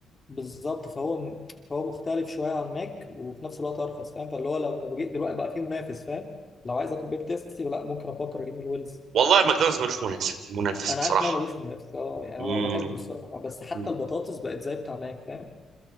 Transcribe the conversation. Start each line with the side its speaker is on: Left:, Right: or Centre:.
Left: بالظبط فهو م- فهو مختلف شويه عن ماك وفي نفس الوقت ارخص فاهم فاللي هو لما بجيت دلوقتي بقى فيه منافس فاهم لو عايز اكل بيك تيستي لا ممكن افكر اجيب من ويلز
Right: والله ماكدونالدز ملوش منافس منافس
Left: انا
Right: بصراحه
Left: عارف ان هو ملوش منافس اه يعني
Right: مم.
Left: هو بحبه الصراحه بس حتى
Right: مم.
Left: البطاطس بقت زي بتاع ماك فاهم